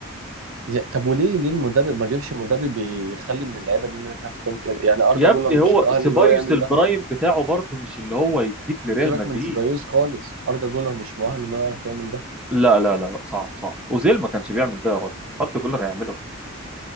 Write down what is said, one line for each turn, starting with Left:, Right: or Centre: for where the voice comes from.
Right: يا- طب وليه ليه المدرب ما جابش مدرب يخلي من اللعيبه دي انها تعرف تعمل كده يعني اردا
Centre: يا
Right: جولر
Centre: ابني
Right: مش
Centre: هو
Right: مؤهل
Centre: سيبايوس
Right: ان هو يعمل
Centre: البرايم
Right: ده
Centre: بتاعه برضه مش اللي هو يديك لريال
Right: سيبك
Centre: مدريد
Right: من سيبايوس خالص اردا جولر مش مؤهل ان هو يعرف يعمل ده
Centre: لا لا لا لا، صعب صعب اوزيل ما كانش بيعمل ده يا راجل اردا جولر هيعمله